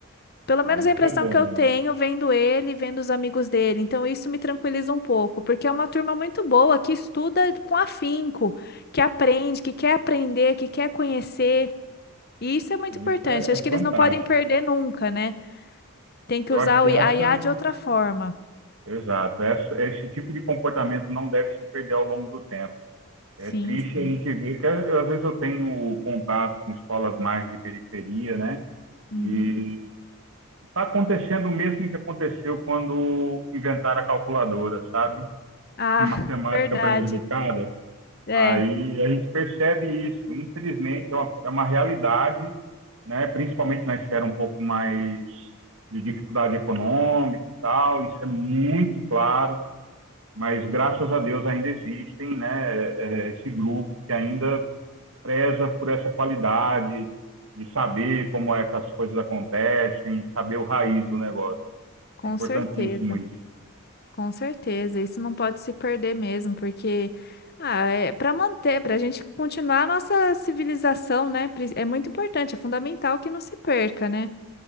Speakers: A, on the left (about 45°); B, on the right (about 70°).
A: Pelo
B: Ah,
A: menos
B: isso
A: a impressão
B: é bom.
A: que eu tenho vendo ele, e vendo os amigos dele. Então isso me tranquiliza um pouco, porque é uma turma muito boa que estuda com afinco, que aprende, que quer aprender, que quer conhecer. E isso é muito
B: Ah,
A: importante.
B: isso é,
A: Acho
B: é
A: que
B: fantástico.
A: eles não podem perder nunca, né? Tem que
B: Eu
A: usar
B: acho que
A: o
B: essa,
A: I- a IA de outra forma.
B: exato, essa, esse tipo de comportamento não deve se perder ao longo do tempo.
A: Sim,
B: É triste
A: sim.
B: a gente ver que às vezes eu tenho contato com escolas mais de periferia, né?
A: Uhum.
B: E está acontecendo o mesmo que aconteceu quando inventaram a calculadora, sabe?
A: Ah,
B: <laughs> A matemática
A: <laughs> verdade.
B: prejudicada.
A: É,
B: Aí a gente percebe isso, infelizmente é uma, é uma realidade, né? Principalmente na esfera um pouco mais de dificuldade econômica e tal, isso é muito claro, mas graças a Deus ainda existem, né? é, é, Esse grupo que ainda preza por essa qualidade de saber como é que as coisas acontecem, saber o raiz do negócio.
A: com
B: É importantíssimo
A: certeza.
B: isso,
A: Com certeza, isso não pode se perder mesmo, porque ah, é para manter, para a gente continuar a nossa civilização, né? pre- É muito importante, é fundamental que não se perca, né?